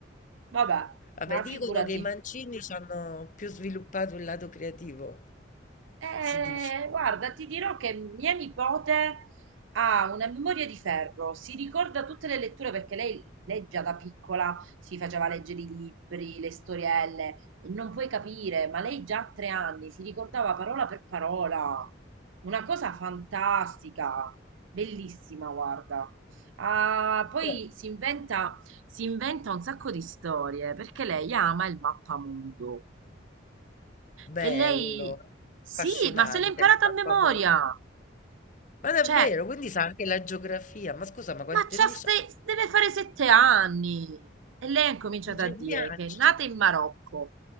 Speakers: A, on the right; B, on the left.
A: Vabbè,
B: Vabbè,
A: ma
B: dicono
A: figurati.
B: che i mancini hanno più sviluppato il lato creativo,
A: Eh,
B: si dice.
A: guarda, ti dirò che mia nipote ha una memoria di ferro, si ricorda tutte le letture perché lei, lei già da piccola si faceva leggere i libri, le storielle, e non puoi capire, ma lei già a tre anni si ricordava parola per parola. Una cosa fantastica, bellissima, guarda. Ah, poi
B: Oh,
A: si inventa, si inventa un sacco di storie perché lei ama il mappamondo.
B: Bello,
A: E lei... Sì,
B: affascinante,
A: ma se l'è imparata a memoria.
B: famoso. Ma davvero,
A: Cioè,
B: quindi sa anche la geografia. Ma scusa, ma quanti
A: ma c'ha
B: anni
A: se-
B: c'ha?
A: deve fare sette anni. E lei ha incominciato
B: Un
A: a
B: geniaccio.
A: dire che è nata in Marocco.